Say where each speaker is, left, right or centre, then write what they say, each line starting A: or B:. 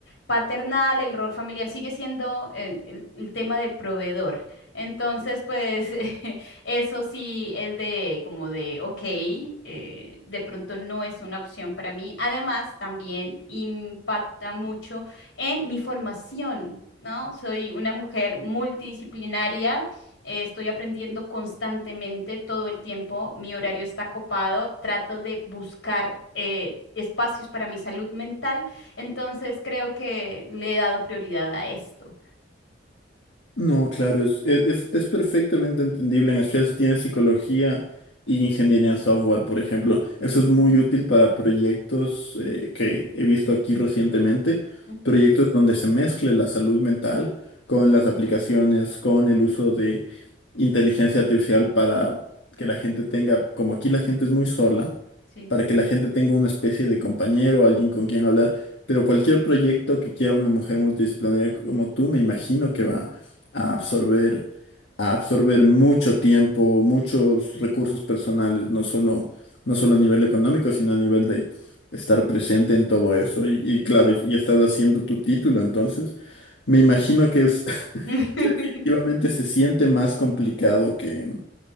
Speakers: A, on the left (about 85°); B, on the left (about 70°).
A: paternal, el rol familiar sigue siendo el el- el tema de proveedor. Entonces, pues <laughs> eso sí es de como de, ok, eh, de pronto no es una opción para mí. Además, también impacta mucho en mi formación, ¿no? Soy una mujer multidisciplinaria, eh, estoy aprendiendo constantemente todo el tiempo, mi horario está copado, trato de buscar... eh, espacios para mi salud mental, entonces creo que le he dado prioridad a esto.
B: No, claro, es, e-, es, es- perfectamente entendible, en especial si tienes psicología y ingeniería en software, por ejemplo. Eso
A: Ujú,
B: es muy útil para proyectos eh, que he visto aquí recientemente,
A: ujú,
B: proyectos donde se mezcle la salud mental con
A: ujú,
B: las aplicaciones, con el uso de inteligencia artificial para que la gente tenga, como aquí la gente es muy sola,
A: Sí.
B: para que la gente tenga una especie de compañero, alguien con quien hablar. Pero cualquier proyecto que quiera una mujer multidisciplinaria como tú, me imagino que va a absorber, a absorber mucho tiempo, muchos recursos personales, no solo, no solo a nivel económico, sino a nivel de estar presente en todo eso. Y, y claro, y, y estás haciendo tu título, entonces me
A: Sí.
B: imagino que es <laughs>
A: <laughs>
B: que definitivamente se siente más complicado que,